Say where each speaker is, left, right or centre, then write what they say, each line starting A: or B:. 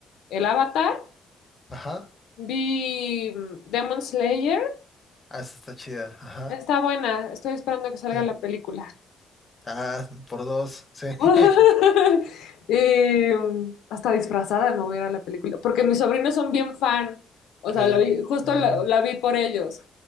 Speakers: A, on the left; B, on the left.
A: El Avatar,
B: ajá.
A: vi mm, Demon Slayer,
B: Ah, esa está chida. Ajá.
A: está buena, estoy esperando que salga
B: <laughs>
A: la película.
B: Ah, por dos, sí. <laughs>
A: <laughs> Y, mm, hasta disfrazada no voy a ir a la película, porque mis sobrinos son bien fan, o
B: Te,
A: sea, la vi- justo
B: eh,
A: la la vi por ellos.